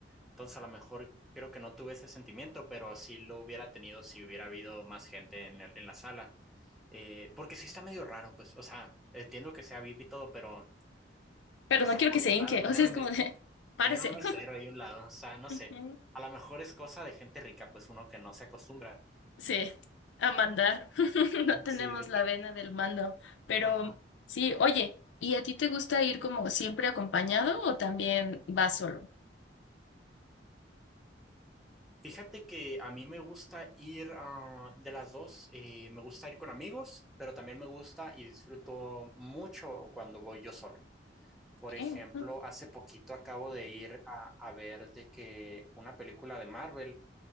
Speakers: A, in the centre; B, on the left.
A: Entonces, a lo mejor creo que no tuve ese sentimiento, pero sí lo hubiera tenido si hubiera habido más gente en, el- en la sala. Eh, porque sí está medio raro, pues, o sea, entiendo que sea VIP y todo, pero
B: pero
A: está
B: no quiero
A: como
B: que se
A: que
B: hinque,
A: raro tener
B: o sea,
A: un,
B: es como
A: me-
B: de, párese.
A: tener un mesero ahí a un lado, o sea, no
B: <laughs>
A: sé.
B: Ujú.
A: A lo mejor es cosa de gente rica, pues uno que no se acostumbra.
B: Sí, a mandar. <laughs> No tenemos
A: Sí, de
B: la
A: que.
B: vena del mando, pero
A: Ajá.
B: sí, oye, ¿y a ti te gusta ir como siempre acompañado o también vas solo?
A: Fíjate que a mí me gusta ir ah, de las dos, eh, me gusta ir con amigos, pero también me gusta y disfruto mucho cuando voy yo solo. Por
B: ¿Qué?
A: ejemplo,
B: Ujú.
A: hace poquito acabo de ir a, a ver de que una película de Marvel